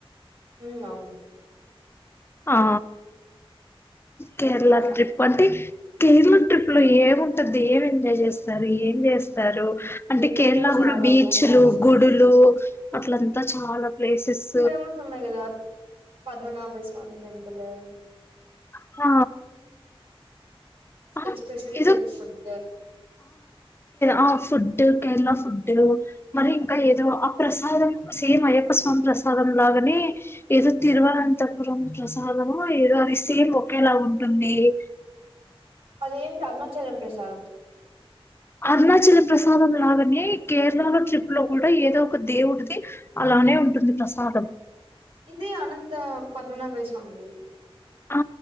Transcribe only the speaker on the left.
ఆ కేరళ
ట్రిప్ అంట కేరళ ట్రిప్ లో ఏముంటది ఏం ఎంజాయ్ చేస్తారు ఏం చేస్తారు అంటే
కేరళ
కూడా బీచ్లు
గుడులు అట్లంతా చాలా ప్లేసెస్
హ ఆ
ఇ
ఆ ఇ ఫుడ్ కేరళ ఫుడ్ మరి ఇంకా ఏదో ఆ ప్రసాదం సేమ్ అయ్యప్ప స్వామి ప్రసాదం లాగనే ఏదో తిరువనంతపురం ప్రసాదము ఏదో అది సేమ్ ఒకేలా ఉంటుంది అ
అరుణాచల్ ప్రసాదం లాగానే కేరళాల ట్రిప్ లో కూడా ఏదో ఒక దేవుడిది అలా అలానే ఉంటుంది ప్రసాదం
ఆ